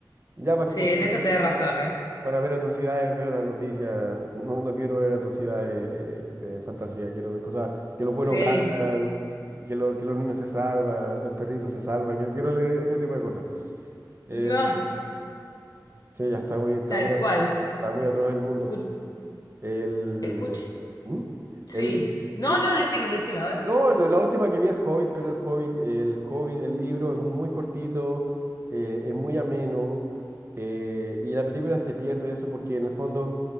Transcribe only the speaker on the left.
Sí,
en eso te das razón, ¿eh?
Sí.
No,
tal
cual.
Escuch,
escuch-
sí.
No,
no, decime, decime, a ver.